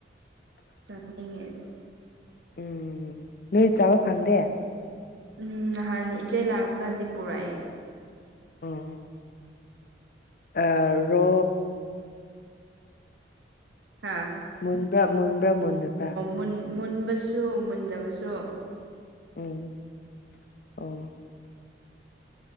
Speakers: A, on the right; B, on the left.
A: ꯆꯥ ꯊꯛꯅꯤꯡꯉꯦ
B: ꯎꯝ ꯅꯣꯏ ꯆꯥꯕ ꯐꯪꯗꯦ
A: ꯎꯝ ꯅꯍꯥꯟ ꯏꯆꯦ ꯂꯥꯛꯄ ꯀꯥꯟꯗꯤ ꯄꯨꯔꯛꯑꯦ
B: ꯎꯝ ꯑꯔꯣ
A: ꯍꯥꯥ
B: ꯃꯨꯟꯕ꯭ꯔꯥ ꯃꯨꯟꯕ꯭ꯔꯥ ꯃꯨꯟꯗꯕ꯭ꯔꯥ
A: ꯃꯨꯟ ꯃꯨꯟꯕꯁꯨ ꯃꯨꯟꯗꯕꯁꯨ
B: ꯎꯝ ꯑꯣ